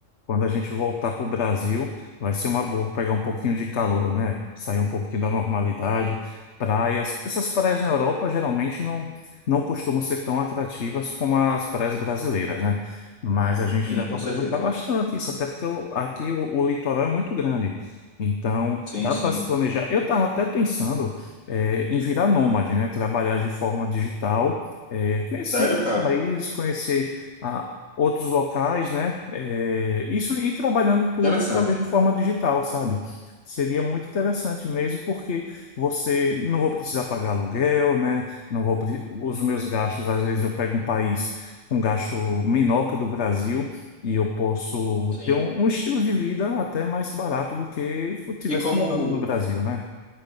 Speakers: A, on the left (about 60°); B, on the left (about 75°).
A: quando a gente voltar para o Brasil, vai ser uma boa pegar um pouquinho de calor, né? Sair um pouquinho da normalidade, praias, porque essas praias na Europa geralmente não, não costumam ser tão atrativas como as praias brasileiras, né? Mas a gente
B: sim,
A: dá para
B: com
A: aproveitar
B: certeza.
A: bastante isso, até porque o- aqui o, o litoral é muito grande. Então,
B: Sim,
A: dá
B: sim.
A: para se planejar. Eu estava até pensando, eh, em virar nômade, né? Trabalhar de forma digital é, conhecer
B: Sério,
A: os
B: cara?
A: países, conhecer ah, outros locais, né? É, isso e trabalhando tudo
B: Interessante.
A: através de forma digital, sabe? Seria muito interessante mesmo, porque você não vou precisar pagar aluguel, né? Não vou, pre- os meus gastos, às vezes eu pego um país com um gasto menor que o do Brasil e eu posso
B: Sim.
A: ter um, um estilo de vida até mais barato do que se eu tivesse
B: E como,
A: morado no Brasil, né?